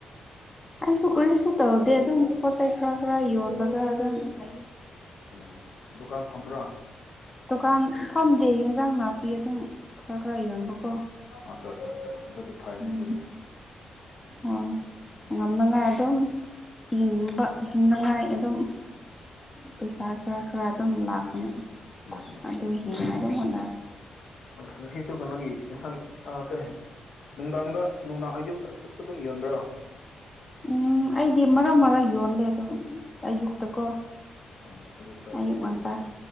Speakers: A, on the left; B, on the left.
A: ꯑꯩꯁꯨ ꯀꯔꯤꯁꯨ ꯇꯧꯗꯦ ꯑꯗꯨꯝ ꯄꯣꯠ ꯆꯩꯩ ꯈꯔ ꯈꯔ ꯌꯣꯜꯂꯒ ꯑꯗꯨꯝ ꯂꯩ
B: ꯎꯝ ꯗꯨꯀꯥꯟ ꯐꯝꯕ꯭ꯔꯥ
A: ꯗꯨꯀꯥꯟ ꯐꯝꯗꯦ ꯏꯟꯖꯥꯡ ꯅꯥꯄꯤ ꯑꯗꯨꯝ ꯈꯔ ꯈꯔ ꯌꯣꯟꯕꯀꯣ
B: ꯑꯠꯆꯥ ꯑꯠꯆꯥ ꯑꯠꯆꯥ ꯑꯗꯨꯗꯤ ꯐꯩꯅꯦ
A: ꯎꯝ
B: ꯑꯗꯨꯗꯤ
A: ꯋꯥ ꯉꯝꯅꯉꯥꯏ ꯑꯗꯨꯝ ꯍꯤꯡꯕ ꯍꯤꯡꯅꯉꯥꯏ ꯑꯗꯨꯝ ꯄꯩꯁꯥ ꯈꯔ ꯈꯔ ꯑꯗꯨꯝ ꯂꯥꯛꯄꯅ
B: ꯎꯝ ꯎꯝ
A: ꯑꯗꯨ ꯍꯦꯟꯅ ꯑꯗꯨꯝ ꯍꯣꯠꯅꯔ
B: ꯉꯁꯤꯁꯨ ꯀꯣꯒꯤ ꯏ ꯑꯥ ꯁꯦ ꯅꯨꯡꯗꯥꯡꯗ ꯅꯨꯡꯗꯥꯡ ꯑꯌꯨꯛꯇꯛꯇ ꯑꯗꯨꯝ ꯌꯣꯟꯕ꯭ꯔꯣ
A: ꯎꯝ ꯑꯩꯗꯤ ꯃꯔꯛ ꯃꯔꯛ ꯌꯣꯜꯂꯦ ꯑꯗꯨꯝ ꯑꯌꯨꯛ
B: ꯎꯝ
A: ꯇꯀ
B: ꯎꯝ ꯑꯌꯨꯛꯇ
A: ꯑꯌꯨꯕꯃꯟꯇ
B: ꯑꯠꯆꯥ ꯑꯠꯆꯥ ꯑꯠꯆꯥ